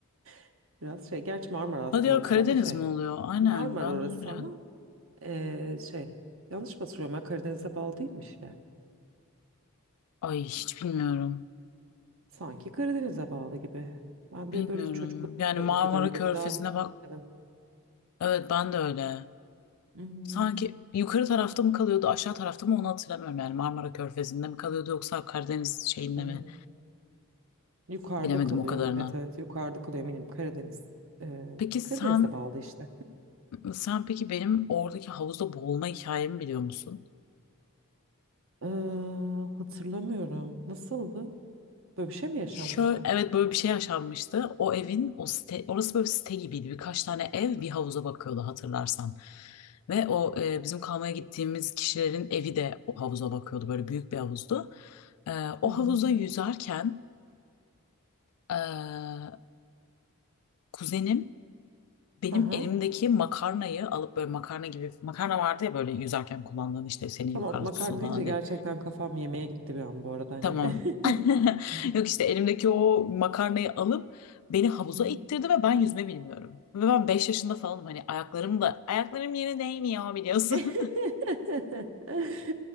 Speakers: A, on the right; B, on the left.
A: <laughs> biraz şey. Gerçi Marmara aslında
B: Hadi ya
A: orası
B: Karadeniz
A: ama şey.
B: mi oluyor? Aynen
A: Marmara
B: ben
A: orası
B: de onu bilemedim.
A: ama ee, şey. Yanlış mı hatırlıyorum ben Karadeniz'e bağlı değilmiş ya.
B: Ay hiç bilmiyorum.
A: Sanki Karadeniz'e bağlı gibi. Ben
B: Bilmiyorum.
A: de böyle çocukluk
B: Yani
A: hatırladığım
B: Marmara
A: kadarıyla
B: Körfezi'ne
A: bir daha hiç
B: bak.
A: gitmedim.
B: Evet ben de öyle.
A: Hmm.
B: Sanki yukarı tarafta mı kalıyordu, aşağı tarafta mı onu hatırlamıyorum. Yani Marmara Körfezi'nde mi kalıyordu yoksa Karadeniz şeyinde
A: Hı,
B: mi?
A: Yukarıda
B: Bilemedim
A: kalıyor.
B: o kadarını.
A: Evet evet yukarıda kalıyor eminim Karadeniz. Ee,
B: Peki sen
A: Karadeniz'e bağlı işte.
B: sen peki benim oradaki havuzda boğulma hikayemi biliyor musun?
A: Ee, hatırlamıyorum. Nasıldı? Böyle bir şey mi yaşanmıştı?
B: Şöyle evet böyle bir şey yaşanmıştı. O evin o site orası böyle bir site gibiydi. Birkaç tane ev bir havuza bakıyordu hatırlarsan. Ve o e, bizim kalmaya gittiğimiz kişilerin evi de o havuza bakıyordu. Böyle büyük bir havuzdu. E, o
A: Hı hı.
B: havuza yüzerken e, kuzenim Benim
A: Aha.
B: elimdeki makarnayı alıp böyle makarna gibi makarna vardı ya böyle yüzerken kullandığın işte seni
A: Tamam
B: yukarı
A: makarna
B: tutsun falan
A: deyince gerçekten
B: diye.
A: kafam yemeğe gitti bir an bu arada hani.
B: Tamam.
A: <laughs>
B: <laughs>
A: Evet.
B: Yok işte elimdeki o makarnayı alıp beni havuza
A: Hı hı.
B: ittirdi ve ben yüzme bilmiyorum. Ve ben 5 yaşında falanım hani ayaklarım da ayaklarım yere değmiyor biliyorsun.
A: <laughs>